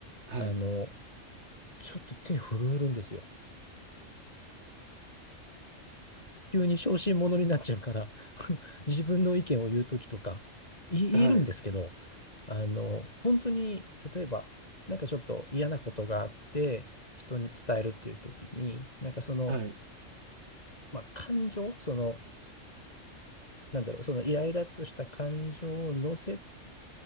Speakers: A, on the right; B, on the left.
A: はい、
B: あの、ちょっと手震えるんですよ。急に小心者になっちゃうから <laughs> 自分の意見を言うときとか、い言えるんですけど、
A: はい、
B: あの、本当に、例えば、なんかちょっと嫌なことがあって、人に伝えるっていうときに、なんかその、
A: はい、
B: まあ、感情、その、なんだろう、そのイライラとした感情を乗せ